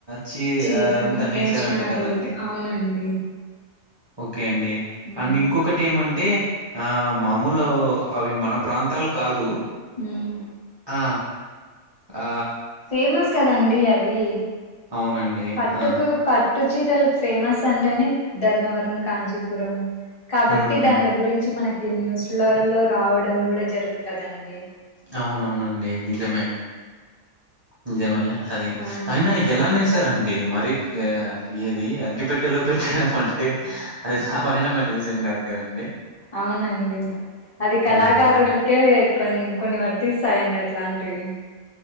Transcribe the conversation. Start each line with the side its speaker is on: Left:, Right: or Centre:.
Right: చీ
Left: చీర
Right: అంతా నేశారంట
Left: నేసినారు
Right: కదండి.
Left: అవునండి
Right: ఓకే అండి
Left: ఉమ్
Right: అండ్ ఇంకొకటి ఏమంటే ఆ మామూలు అవి మన ప్రాంతాలు కాదు
Left: మ్మ్
Right: ఆ ఆ
Left: ఫేమస్ కదండి అవి,
Right: అవునండి.
Left: పట్టుకు
Right: ఆ!
Left: పట్టుచీరలు ఫేమస్ అంటేనే ధర్మవరం, కాంచీపురం కాబట్టి
Right: హ్మ్.
Left: దానిల గురించి మనకు ఈ న్యూస్లలో రావడం కూడా జరుగుతదండి.
Right: అవునవునండి నిజమే, నిజమే అది
Left: ఆ
Right: అయినా ఎలా నేసారండి మరి ఏది అగ్గిపెట్టెలో పెట్టడం అంటే అది సామాన్యమైన విజయం కాదు కదండి
Left: అవునండి, అది కళాకారుల
Right: హ్మ్.
Left: కే కొ కొన్ని వర్తిస్తాయండి అలాంటివి.